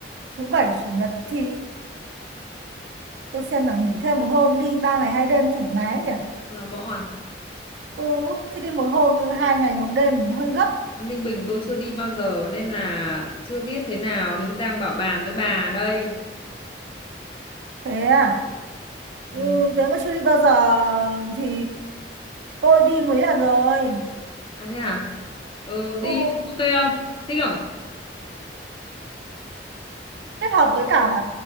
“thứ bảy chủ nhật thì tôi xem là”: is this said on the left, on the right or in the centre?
Right